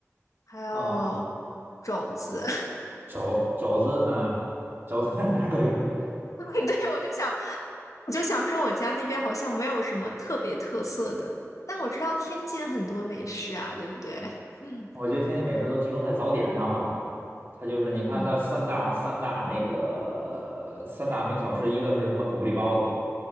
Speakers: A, on the left; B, on the right.
A: 还有
B: 哦哦，
A: 肘子。
B: 肘肘子嗯，肘子 <laughs> 哪儿都有。
A: <laughs> 对，我就想，我就想说，我家那边好像没有什么特别特色的，但我知道天津很多美食啊，对不对？<laughs> 嗯
B: 我觉得天津美食都集中在早点上吧，它就是你看它三大三大那个三大名小吃，
A: 嗯
B: 一个是什么狗不理包子，